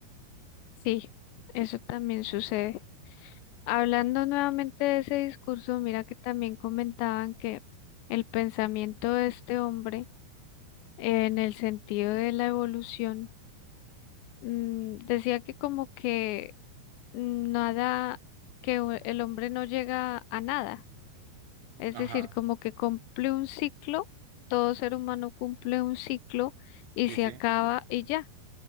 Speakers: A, on the left; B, on the right.
A: Sí, eso también sucede. Hablando nuevamente de ese discurso, mira que también comentaban que el pensamiento de este hombre, eh, en el sentido de la evolución, mm, decía que como que nada, que u- el hombre no llega a nada Es
B: Ajá,
A: decir, como que cumple un ciclo, todo ser humano cumple un ciclo y
B: sí,
A: se
B: sí.
A: acaba y ya,